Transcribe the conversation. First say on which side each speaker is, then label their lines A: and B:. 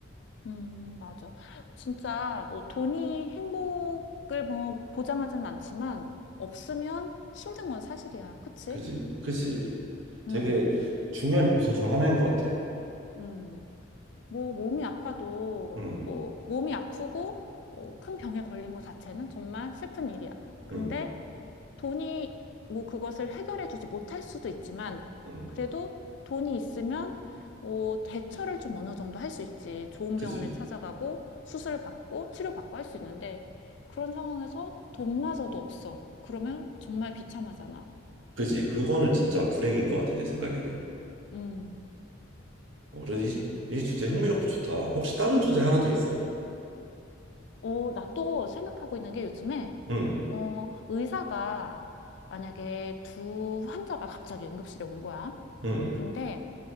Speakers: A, on the left; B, on the right.
A: 음, 맞아. 진짜 뭐 돈이 행복을 뭐 보장하지는 않지만 없으면 힘든 건 사실이야. 그치?
B: 그지? 그지?
A: 음,
B: 되게 중요한 요소 중 하나인 것 같아.
A: 음. 뭐 몸이 아파도
B: 응,
A: 뭐 몸이 아프고 뭐 큰 병에 걸린 것 자체는 정말 슬픈 일이야. 근데
B: 응,
A: 돈이 뭐 그것을 해결해 주지 못할 수도 있지만
B: 응.
A: 그래도 돈이 있으면 뭐 대처를 좀 어느 정도 할 수 있지. 좋은
B: 그지?
A: 병원에 찾아가고 수술을 받고 치료받고 할 수 있는데 그런 상황에서 돈마저도 없어. 그러면 정말 비참하잖아.
B: 그지? 그거는 진짜 불행인 것 같아, 내 생각에는.
A: 음,
B: 어, 그래,
A: 그러네.
B: 이, 이 주제 흥미롭고 좋다. 혹시 다른 주제 하나 더 있어?
A: 어, 나 또 생각하고 있는 게 요즘에
B: 응,
A: 어, 의사가 만약에 두 환자가 갑자기 응급실에 온 거야.
B: 응,
A: 근데